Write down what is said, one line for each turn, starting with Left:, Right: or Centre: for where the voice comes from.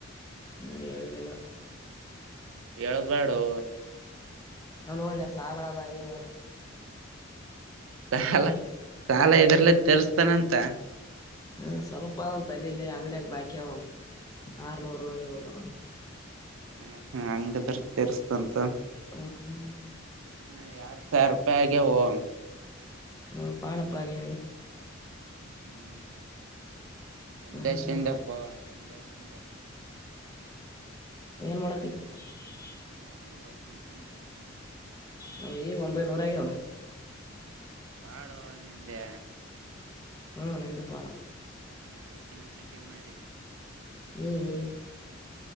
Left: ಹ್ಮ ಹೇಳಲಿಲ್ಲ
Right: ಹೇಳಳ್ಬ್ಯಾಡು
Left: ಹನ್ ಒಳ್ಳೆ ಸಾಲದ ಹಣಕಪ್ಪ
Right: ಸಾಲ ಸಾಲ ಇದರ್ಲ ತಿರ್ಸ್ತಾನಂತ
Left: ಹ್ಮ ಸ್ವಲ್ಪ ತಲ್ಲಿಲಿ ಅಂಗಡಿಯಾಗ ಬಾಕಿ ಅವಂತೆ ಆರ್ನೂರು ಏಳ್ನೂರು
Right: ಹ್ಮ್ ಹ್ಮ ಹಂಗದ್ರ ತರಿಸಸ್ತಂತ
Left: ಹ್ಮ
Right: <unintelligible> ಹ ಎಡ್ ಸಾವಿರ ರೂಪಾಯಿ ಓ <unintelligible>
Left: ಹ್ಮ ಪಡಪ್ಪ ನೀ
Right: ಹ್ಮ್ <inaudible> ನಿಮ್ಲೇಶಿಿಂದಪ್ಪ
Left: ಹ್ಮ್
Right: ನಿಮ್ಲೇಶಿಂದ <unintelligible>
Left: ಯನ್ ಮೊಡಕ್ಕೆ <unintelligible>
Right: <unintelligible>
Left: ಹ ಈಗ ಒಂಬೈನೂರೂ ಆಗವ
Right: ಪಾಡೋ ನಿಂದೆ
Left: ಹ್ಮ ನಂದೇ ಪಾಡ
Right: ನಾನಕ್ಕನಾ ಚಗೆ ಮಾಡಿದೆ <unintelligible>
Left: ಹ್ಮ್ ಹ್ಮ್